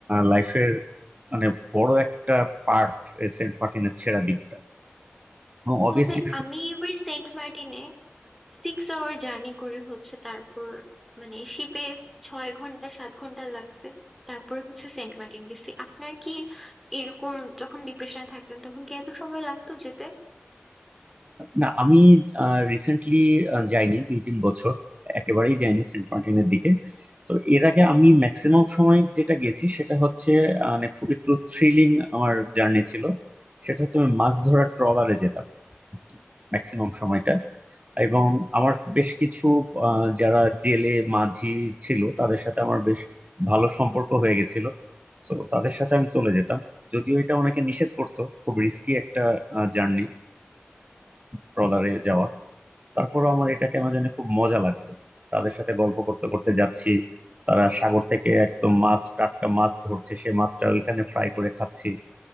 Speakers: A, on the right (about 35°); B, in the centre.
A: লাইফের মানে বড় একটা পার্ট সেন্ট মার্টিনের ছেড়া দ্বীপটা অবভিয়াসলি
B: তবে আমি এবার সেন্ট মার্টিনে সিক্স আওয়ার জার্নি করে হচ্ছে তারপর মানে শিপে ছয় ঘন্টা সাত ঘন্টা লাগছে তারপর হচ্ছে সেন্ট মার্টিন গেছি আপনার কি এরকম যখন ডিপ্রেশনে থাকতেন তখন কি এত সময় লাগতো যেতে
A: না আমি রিসেন্টলি যাইনি দুই তিন বছর একেবারেই যাইনি সেন্ট মার্টিনের দিকে তো এর আগে আমি ম্যাক্সিমাম সময় যেটা গেছি সেটা হচ্ছে আহ, মানে খুব একটু থ্রিলিং আমার জার্নি ছিল সেটা হচ্ছে আমি মাছ ধরার ট্রলারে যেতাম ম্যাক্সিমাম সময়টা এবং আমার বেশ কিছু আহ, যারা জেলে মাঝি ছিল তাদের সাথে আমার বেশ ভালো সম্পর্ক হয়ে গেছিল তো তাদের সাথে আমি চলে যেতাম যদিও এটা অনেকে নিষেধ করতো খুব রিস্কি একটা জার্নি ট্রলারে যাওয়া তারপরে আমার এটা কেন জানি খুব মজা লাগতো তাদের সাথে গল্প করতে করতে যাচ্ছি তারা সাগর থেকে একদম মাছ টাটকা মাছ ধরছে সে মাছটা ওইখানে ফ্রাই করে খাচ্ছি